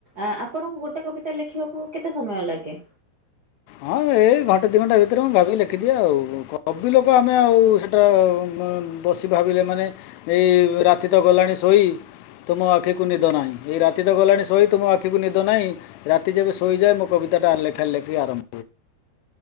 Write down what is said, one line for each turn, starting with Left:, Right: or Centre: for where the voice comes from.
Right: ଆ ଆପଣଙ୍କୁ ଗୋଟେ କବିତା ଲେଖିବାକୁ କେତେ ସମୟ ଲାଗେ?
Left: ହଁ ଏଇ ଘଣ୍ଟେ ଦୁଇ ଘଣ୍ଟା ଭିତରେ ମୁଁ ଭାବିକି ଲେଖିଦିଏ ଆଉ କବି ଲୋକ ଆମେ ଆଉ ସେଇଟା ବସି ଭାବିଲେ ମାନେ ଏଇ ରାତି ତ ଗଲାଣି ଶୋଇ ତୁମ ଆଖିକୁ ନିଦ ନାହିଁ ଏଇ ରାତି ତ ଗଲାଣି ଶୋଇ ତୁମ ଆଖିକୁ ନିଦ ନାହିଁ ରାତି ଯେବେ ଶୋଇଯାଏ ମୋ କବିତାଟା ଲେଖା ଲେଖି ଆରମ୍ଭ